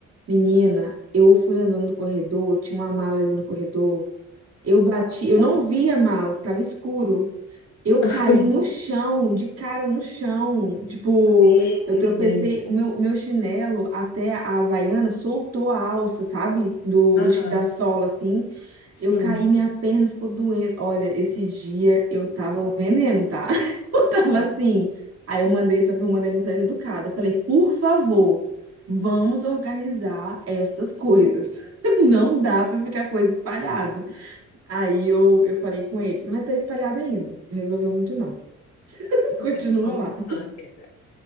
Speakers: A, on the right; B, on the left.
A: menina, eu fui andando no corredor, tinha uma mala ali no corredor. Eu bati, eu não vi a mala, que tava escuro. Eu
B: <laughs>
A: caí no chão, de cara no chão. Tipo,
B: Meu
A: eu tropecei,
B: Deus.
A: o meu, meu chinelo até a Havaiana soltou a alça, sabe? Do, do,
B: Aham,
A: chi- da sola, assim.
B: sim.
A: Eu caí, minha perna ficou doendo. Olha, esse dia eu tava o veneno, tá? <laughs> Eu tava
B: Ah,
A: assim. Aí eu mandei, só que eu mandei mensagem educada. Eu Falei, por favor, vamos organizar estas coisas. <laughs> Não dá pra ficar coisa espalhada. Aí eu, eu falei com ele, mas tá espalhado ainda. Não resolveu muito, não.
B: Não
A: Continua
B: resolveu
A: lá.
B: muito não, a queda.